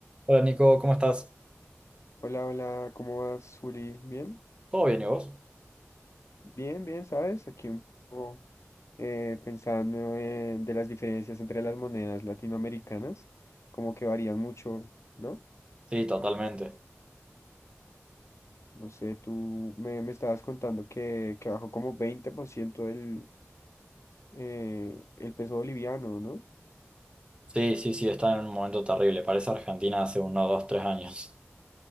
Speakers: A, on the right; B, on the left.
A: Hola Nico, ¿cómo estás?
B: Hola, hola, ¿cómo vas, Juli? ¿Bien?
A: ¿Todo bien y vos?
B: Bien, bien, ¿sabes? Aquí un poco eh, pensando en- de las diferencias entre las monedas latinoamericanas, como que varían mucho, ¿no?
A: Sí, totalmente.
B: No sé, tú me, me estabas contando que, que bajó como 20% el, eh, el peso boliviano, ¿no?
A: Sí, sí, sí, está en un momento terrible. Parece Argentina hace uno, dos, tres años.